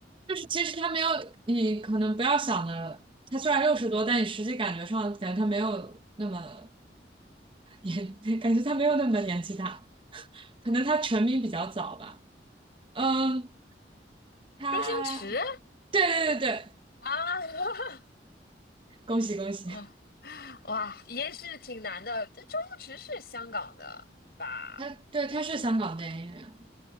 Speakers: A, on the right; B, on the left.
A: 就是其实他没有你可能不要想的，他虽然六十多，但你实际感觉上感觉他没有那么年，<laughs> 感觉他没有那么年纪大，可能他成名比较早吧，嗯。他
B: 周星驰
A: 对对对对，
B: 啊，
A: 恭喜恭喜！
B: <laughs> 啊，哇，也是挺难的。这周星驰是香港的吧？
A: 他对他是香港电影演员，